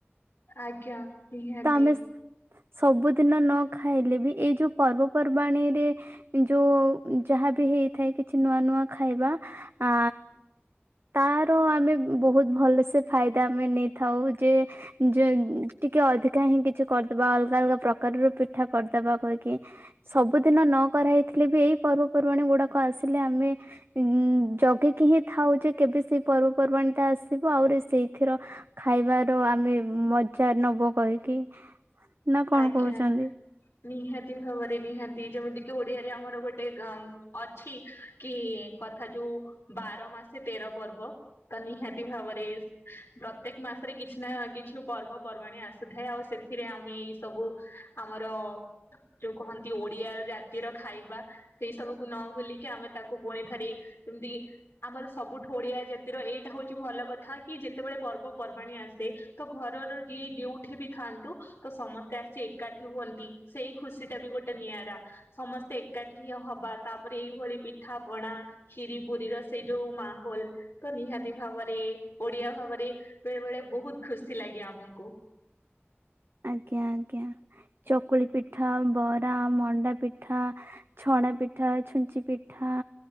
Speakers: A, on the left; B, on the right.
A: ଆଜ୍ଞା ନିହାତି।
B: ତ ଆମେ ସବୁଦିନ ନ ଖାଇଲେ ବି ଏଇ ଯୋଉ ପର୍ବପର୍ବାଣୀରେ ଏ ଯୋଉ ଯାହାବି ହେଇଥାଏ କିଛି ନୂଆ ନୂଆ ଖାଇବା ଆ ତାର ଆମେ ବହୁତ ଭଲ ସେ ଫାଇଦା ଆମେ ନେଇଥାଉ ଯେ ଯେ ଟିକେ ଅଧିକା ହିଁ କିଛି କରିଦବା ଅଲଗା ଅଲଗା ପ୍ରକାରର ପିଠା କରିଦବା କହିକି। ସବୁଦିନ ନ କରା ହେଇଥିଲେ ବି ଏଇ ପର୍ବପର୍ବାଣୀ ଗୁଡ଼ାକ ଆସିଲେ ଆମେ ଇଁ ଜଗିକି ହିଁ ଥାଉ ଯେ କେବେ ସେଇ ପର୍ବପର୍ବାଣୀ ଟା ଆସିବ ଆହୁରି ସେଇଥିର ଖାଇବାର ଆମେ ମଜା ନବୁ କହିକି। ନା କଣ
A: ଆଜ୍ଞା।
B: କହୁଛନ୍ତି?
A: ନିହାତି ଭାବରେ ନିହାତି ଯେମିତି କିି ଓଡ଼ିଆରେ ଆମର ଗୋଟେ ଗଂ ଅଛି କି କଥା ଯୋଉ ବାର ମାସେ ତେର ପର୍ବ ତ ନିହାତି ଭାବରେ ପ୍ରତ୍ୟେକ ମାସରେ କିଛି ନା କିଛି ପର୍ବ ପର୍ବାଣୀ ଆସୁଥାଏ ଆଉ ସେଥିରେ ଆମେ ଏଇ ସବୁ ଆମର ଯୋଉ କହନ୍ତି ଓଡ଼ିଆ ଜାତିର ଖାଇବା ସେଇ ସବୁକୁ ନ ଭୁଲିକି ଆମେ ତାକୁ ପୁଣିଥରେ ଯେମିତି କି ଆମର ସବୁଠୁ ଓଡ଼ିଆ ଜାତିର ଏଇଟା ହଉଛି ଭଲ କଥା କି ଯେତେବେଳେ ପର୍ବପର୍ବାଣୀ ଆସେ ତ ଘରର ଯିଏ ଯୋଉଠି ବି ଥାଆନ୍ତୁ ତ ସମ ତେ ଆସି ଏକାଠି ହୁଅନ୍ତି ସେଇ ଖୁସି ଟା ବି ଗୋଟେ ନିଆରା। ସମସ୍ତେ ଏକାଠି ହବା ତାପରେ ଏଇଭଳି ପିଠା ପଣା ଖିରି ପୁରୀର ସେଇ ଯୋଉ ମାହୋଲ ତ ନିହାତି ଭାବରେ ଓଡିଆ ଭାବରେ ବେଳେ ବେଳେ ବହୁତ ଖୁସି ଲାଗେ ଆମକୁ।
B: ଆଜ୍ଞା ଆଜ୍ଞା ଚକୁଳି ପିଠା, ବରା, ମଣ୍ଡା ପିଠା ଛଣା ପିଠା, ଛୁଞ୍ଚି ପିଠା।